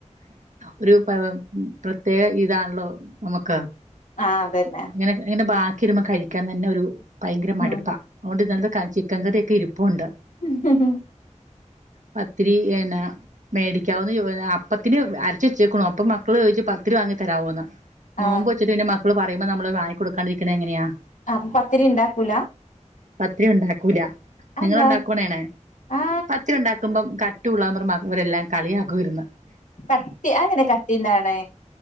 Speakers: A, on the right; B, on the left.
A: ഒരു പ്രത്യേക ഇതാണല്ലോ നമുക്ക്-
B: ആ അത് തന്നെ
A: ഇങ്ങനെ ഇങ്ങനെ ബാക്കിരുമ്പോ കഴിക്കാൻ തന്നെ ഒരു ഭയങ്കര മടുപ്പാ
B: ഉം
A: അതൊണ്ട് ഇന്നത്തെ- ചിക്കൻകറി ഒക്കെ ഇരിപ്പുണ്ട്.
B: ഉം ഹ
A: പത്തിരി എന്നനാ- മേടിക്കാവന്ന് അപ്പത്തിന് അരച്ച് വെച്ചേക്കണു അപ്പോ മക്കള് ചോദിച്ചു പത്തി വാങ്ങി തരാവന്ന്. നോമ്പ്
B: ആ
A: വച്ചിട്ട് പിന്നെ മക്കള് പറയുമ്പോ നമ്മള് വാങ്ങികൊടുക്കാതെ ഇരിക്കണേ എങ്ങനെയാ-
B: ആഹ അപ്പോ പത്തിരി ഉണ്ടാക്കൂല്ല.
A: പത്തിരി ഉണ്ടാക്കൂല
B: അതെന്താ
A: നിങ്ങൾ ഉണ്ടാക്കണേണേ ചെയ്യണേ-
B: ആ
A: പത്തിരി ഉണ്ടാക്കുമ്പോ കട്ടിയുള്ള ഇവർ എല്ലാവരും കളിയാക്കുവായിരുന്നു.
B: കട്ടി, അതെങ്ങനെ കട്ടീണ്ടാണ്?